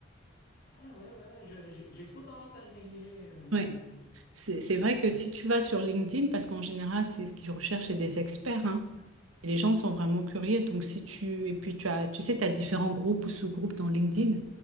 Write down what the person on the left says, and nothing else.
Ah, ouais, ouais, ouais, je- j'ai j'ai trop tendance à le négliger, euh, LinkedIn.
Mhm,